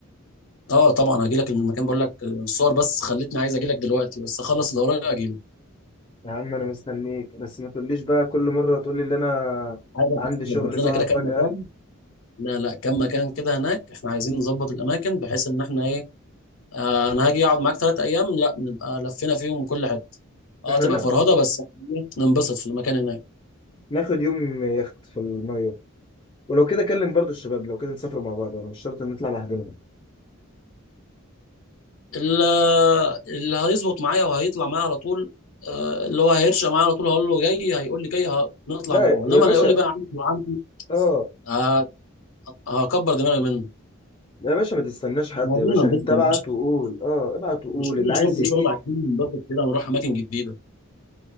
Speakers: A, on the left; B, on the left.
A: اه طبعا هجيلك من المكان بقول لك الصور بس خلتني عايز اجيلك دلوقتي بس اخلص اللي ورايا اجيلك
B: يا عم انا مستنيك بس ما تقوليش بقى كل مره تقولي ان انا
A: عايزك
B: عندي
A: بس تظبط
B: شغل
A: لنا
B: ظهر
A: كده
B: فجاه
A: كام مكان لا لا كام مكان كده هناك احنا عايزين نظبط الاماكن بحيث ان احنا ايه آه انا هاجي اقعد معاك ثلاث ايام لا نبقى لفينا فيهم كل حته اه
B: احنا
A: تبقى
B: نا-
A: فرهضه بس إيه، ننبسط في المكان هناك
B: ناخد يوم يخت في الميه ولو كده كلم برضو الشباب لو كده نسافر مع بعض انا مش شرط ان نطلع لوحدنا
A: اللي, اللي هيظبط معايا وهيطلع معايا على طول آه، اللي هو هيرشق معايا على طول هقول له جاي هيقول لي جاي ه- نطلع
B: لا
A: انا وهو انما
B: يا باشا
A: اللي يقول لي بقى عندي وعندي
B: اه
A: آه، هكبر دماغي منه
B: يا باشا ما تستناش حد
A: إحنا عايزين
B: يا باشا
A: ننبسط
B: انت ابعت
A: يا باشا
B: وقول اه ابعت وقول
A: مش كل
B: اللي عايز
A: شغل
B: يجي
A: شغل عايزين ننبسط كده ونروح اماكن جديده